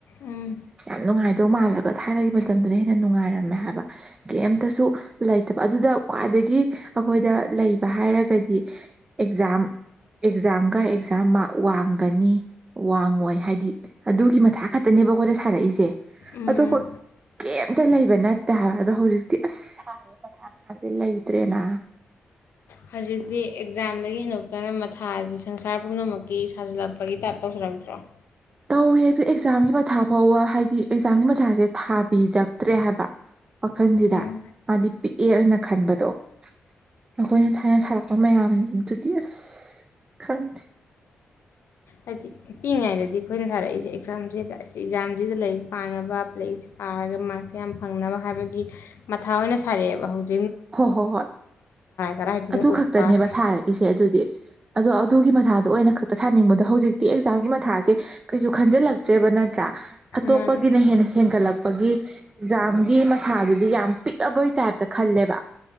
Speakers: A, on the left; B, on the right.
A: ꯎꯝ ꯎꯝ
B: ꯌꯥꯝ ꯅꯨꯡꯉꯥꯏ ꯑꯗꯨꯗꯧ ꯃꯥꯜꯂꯒ ꯊꯥꯏꯅꯒꯤ ꯃꯇꯝꯗꯨꯗ ꯍꯦꯟꯅ ꯅꯨꯡꯉꯥꯏꯔꯝꯃꯦ ꯍꯥꯏꯕ ꯀꯩꯝꯇꯁꯨ ꯂꯩꯇꯕ ꯑꯗꯨꯗ ꯈ꯭ꯋꯥꯏꯗꯒꯤ ꯑꯩꯈꯣꯏꯗ ꯂꯩ ꯍꯥꯏꯔꯒꯗꯤ ꯑꯦꯛꯖꯥꯝ ꯑꯦꯛꯖꯥꯝꯒ ꯑꯦꯛꯖꯥꯝ ꯃꯥꯔ ꯋꯥꯡꯒꯅꯤ ꯋꯥꯡꯉꯣꯏ ꯍꯥꯏꯗꯤ ꯑꯗꯨꯒꯤ ꯃꯊꯥ ꯈꯛꯇ ꯇꯠꯇꯅꯦꯕ ꯑꯩꯈꯣꯏꯗ ꯁꯥꯔꯛꯏꯁꯦ
A: ꯎꯝ
B: ꯑꯗꯨꯣ ꯀ ꯑꯝꯇ ꯂꯩꯕ ꯅꯠꯇꯦ ꯍꯥꯏꯕ ꯑꯗꯣ ꯍꯧꯖꯤꯛꯇꯤ ꯑꯁ ꯁꯔꯤꯕ ꯃꯊꯥ ꯃꯌꯥꯝꯁꯦ ꯂꯩꯇ꯭ꯔꯦꯅ
A: ꯍꯧꯖꯤꯛꯇꯤ ꯑꯦꯛꯖꯥꯝꯗꯒꯤ ꯍꯦꯟꯗꯣꯛꯇꯅ ꯃꯊꯥꯁꯤ ꯁꯪꯁꯥꯔ ꯄꯨꯝꯅꯃꯛꯀꯤ ꯁꯥꯖꯤꯜꯂꯛꯄꯒꯤ ꯇꯥꯏꯞ ꯇꯧꯁꯤꯜꯂꯛꯇꯦ ꯆꯥꯎ
B: ꯇꯧꯔꯦ ꯑ ꯑꯗꯨ ꯑꯦꯛꯖꯥꯝꯒꯤ ꯃꯊꯥ ꯐꯥꯎꯕ ꯍꯥꯏꯗꯤ ꯑꯦꯛꯖꯥꯝꯒꯤ ꯃꯊꯥꯁꯦ ꯊꯥꯕꯤꯔꯛꯇ꯭ꯔꯦ ꯍꯥꯏꯕ ꯋꯥꯈꯜꯁꯤꯗ
A: ꯎꯝ
B: ꯃꯥꯗꯤ ꯄꯤꯛꯑꯦꯅ ꯈꯟꯕꯗꯣ ꯑꯩꯈꯣꯏꯅ ꯊꯥꯏꯅ ꯊꯥꯔꯛꯄ ꯃꯌꯥꯝꯗꯨꯗꯤ ꯑꯁ ꯈꯪꯗꯦ
A: ꯍꯥꯏꯗꯤ ꯄꯤꯛꯏꯉꯩꯗꯗꯤ ꯑꯩꯈꯣꯏꯅ ꯁꯥꯔꯛꯏꯁꯦ ꯑꯦꯛꯖꯥꯝꯁꯤꯗ ꯑꯦꯛꯖꯥꯝꯁꯤꯗ ꯂꯥꯏꯔꯤꯛ ꯄꯥꯅꯕ ꯂꯥꯏꯔꯤꯛꯁꯤ ꯄꯥꯔꯒ ꯃꯥꯁꯦ ꯌꯥꯝ ꯐꯪꯅꯕ ꯍꯥꯏꯕꯒꯤ ꯃꯊꯥ ꯑꯣꯏꯅ ꯁꯥꯔꯛꯑꯦꯕ ꯍꯧꯖꯤꯛ
B: ꯍꯣꯏ ꯍꯣꯏ ꯍꯣꯏ
A: ꯀꯔꯥꯏꯗꯅꯣ
B: ꯑꯗꯨ
A: ꯎꯠꯄꯥꯠ
B: ꯈꯛꯇꯅꯦꯕ ꯁꯥꯔꯛꯏꯁꯦ ꯑꯗꯨꯗꯤ ꯑꯗꯣ ꯑꯗꯨꯒꯤ ꯃꯊꯥꯗ ꯑꯗ ꯑꯣꯏꯅ ꯈꯛꯇ ꯁꯥꯅꯤꯡꯕꯗꯣ ꯍꯧꯖꯤꯛꯇꯤ ꯑꯦꯛꯖꯥꯝꯒꯤ ꯃꯊꯥꯁꯦ ꯀꯩꯁꯨ ꯈꯟꯖꯤꯜꯂꯛꯇ꯭ꯔꯦꯕꯅꯠꯇ ꯅꯠꯇ꯭ꯔꯥ ꯑꯇꯣꯞꯄꯒꯤꯅ
A: ꯃꯥꯅꯦ
B: ꯍꯦꯟꯒꯠꯂꯛꯄꯒꯤ ꯑꯦꯛꯖꯥꯝꯒꯤ ꯃꯊꯥꯗꯨꯗꯤ ꯌꯥꯝ ꯄꯤꯛꯑꯕꯣꯏ ꯇꯥꯏꯞ ꯈꯜꯂꯦꯕ